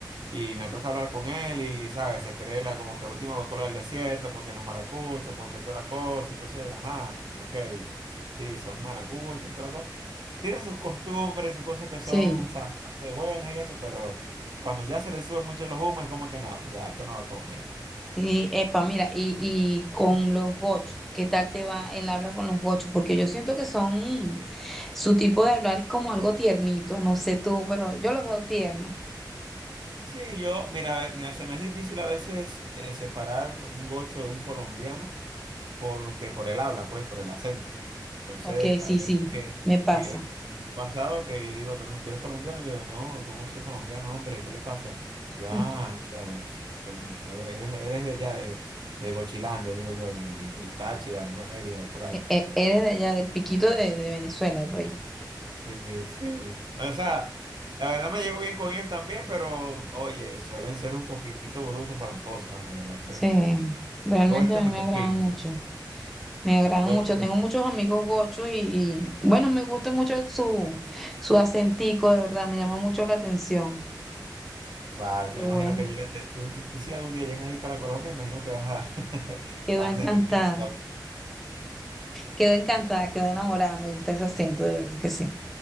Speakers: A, on the right; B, in the centre.
A: y me toca hablar con él y, ¿sabes? Se cree la, como que la última Coca-Cola del desierto porque los maracuchos, porque toda la cosa. Entonces, ajá, ok, sí, son maracuchos, toda la cosa. Tienen sus costumbres, sus cosas que son,
B: sí.
A: ¿sabes? bastante Buenas y eso, pero cuando ya se les sube mucho los humos es como que no, ya, esto no va conmigo, ya.
B: Sí, epa, mira, y, y con los gochos, ¿qué tal te va el habla con los gochos? Porque yo siento que son, su tipo de hablar es como algo tiernito, no sé tú, pero yo los veo tiernos.
A: Sí, yo, mira, a ve- mira, se me es difícil a veces eh, separar un gocho de un colombiano porque por el habla, pues, por el acento. Entonces,
B: Ok, sí,
A: hay veces
B: sí,
A: que,
B: me pasa.
A: sí, el me ha pasado que yo digo, pero tú eres colombiano, y yo, no, ¿cómo soy colombiano, hombre? ¿Qué le pasa? Y yo,
B: Mm,
A: ah, ya, ya, se- se me- eres, eres de allá, de, de Gochilandia, digo yo, de, de- del Táchira, de Mérida, de por ahí.
B: E- e- eres de allá, del piquito de, de Venezuela, de por ahí.
A: Sí, sí. O sea, la verdad me llevo bien con ellos también, pero oye, suelen ser un poquito brutos para las cosas, de verdad
B: Sí, realmente
A: Gochos
B: a mí me
A: al
B: agrada
A: fin,
B: mucho.
A: dice.
B: Me agrada
A: Gochos
B: mucho. Tengo
A: al-
B: muchos amigos gochos y, y, bueno, me gusta mucho su, su acentico, de verdad, me llama mucho la atención.
A: Vale,
B: Pero
A: te me imagino
B: bueno,
A: que llegas, te- tú, tú- tú si algún día llegas ahí para Colombia, me imagino que vas a, <laughs>
B: quedo
A: vas
B: encantada.
A: a sentirte tu
B: Quedó encantada, quedó enamorada, me gusta ese acento, de verdad que sí.